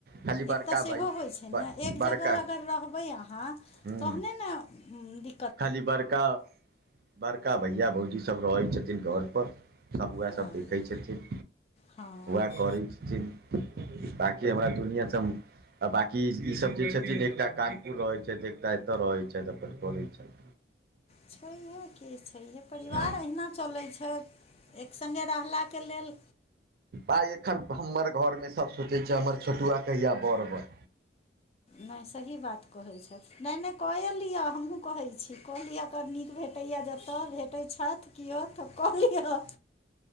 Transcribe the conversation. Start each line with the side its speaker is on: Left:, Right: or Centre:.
Right: खाली
Left: एकटा
Right: बड़का
Left: सेहो
Right: भाय
Left: होइ
Right: बड़का
Left: नऽ एक जगह अगर रहबै अहाँ
Right: हँ
Left: तहने ने दि
Right: खाली बड़का बड़का भैया भौजी सब रहै छथिन घर पर सभ वैह
Left: हँ
Right: सभ देखैत छथिन
Left: हँ
Right: वैह करै छथिन ताकि हमरा दुनिया सँ हम आ बाकी ई सब जे छथिन एकटा कानपुर रहै छैथ एकटा एतऽ रहै छैथ अपन करै <inaudible>
Left: छैहे की छैहे परिवार
Right: हँ
Left: अहिना चलै छै एक संगे रहला केँ लेल
Right: आइ एखन हमर घरमे सभ सोचै छै हमर छोटुआ कहिया बर बन
Left: नय सही बात कहै छथि नय - नय कए लिअ हमहूँ कहै छी कए लिअ कतऽ नीक भेटै यऽ जतऽ भेटै छैथ किओ तऽ कऽ लिअ